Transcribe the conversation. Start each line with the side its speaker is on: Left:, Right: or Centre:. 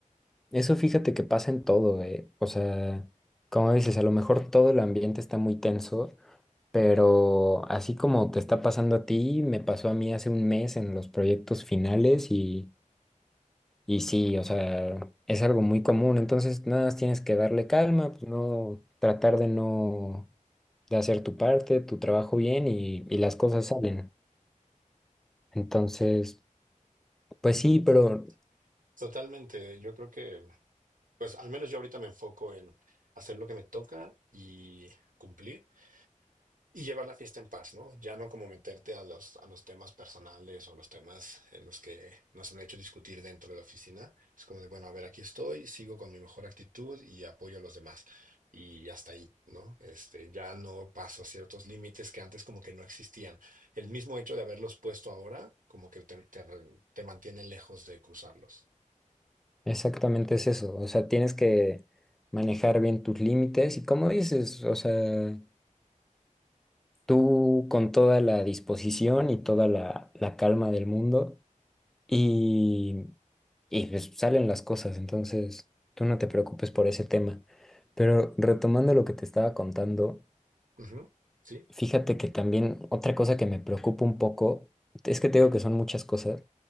Centre: eso fíjate que pasa en todo, eh. O sea, como dices, a lo mejor todo el ambiente está muy tenso, pero así como te está pasando a ti, me pasó a mí hace un mes en los proyectos finales y, y sí, o sea, es algo muy común. Entonces, nada más tienes que darle calma, pues no, tratar de no, de hacer tu parte, tu trabajo bien y, y las cosas salen. Entonces, pues sí, pero
Right: To- Totalmente. Yo creo que, pues al menos yo ahorita me enfoco en hacer lo que me toca y cumplir Y llevar la fiesta en paz, ¿no? Ya no como meterte a los, a los temas personales o los temas en los que nos han hecho discutir dentro de la oficina. Es como de, bueno, a ver, aquí estoy, sigo con mi mejor actitud y apoyo a los demás. Y hasta ahí, ¿no? Este, ya no paso ciertos límites que antes como que no existían. El mismo hecho de haberlos puesto ahora, como que te, te, te mantiene lejos de cruzarlos.
Centre: exactamente es eso. O sea, tienes que manejar bien tus límites y como dices, o sea, tú con toda la disposición y toda la, la calma del mundo y, y pues salen las cosas. Entonces, tú no te preocupes por ese tema. Pero retomando lo que te estaba contando.
Right: Ujú, Sí,
Centre: Fíjate que también otra cosa que me preocupa un poco, es que te digo que son muchas cosas,